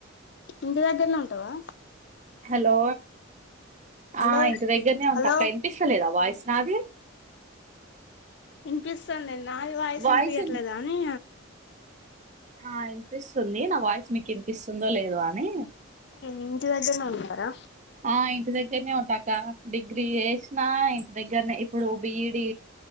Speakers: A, on the left; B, on the right.
A: ఇంటి దగ్గరనే ఉంటావా.
B: హలో
A: హలో
B: ఆ ఇంటి దగ్గరనే ఉంట
A: హలో
B: అక్క వినిపిస్తలేదా వాయిస్ నాది
A: వినిపిస్తోంది నాది వాయిసు
B: వాయిస్
A: వినిపించట్లేదా
B: ఇన్
A: అని
B: ఆ ఇనిపిస్తుంది నా వాయిస్ మీకు ఇనిపిస్తుందో లేదో అని
A: ఉమ్ ఇంటి దగ్గర్నే ఉన్నారా
B: ఆ ఇంటి దగ్గరనే ఉంటాక డిగ్రీ చేసినా ఇంటి దగ్గరనే ఇప్పుడు బిఈడి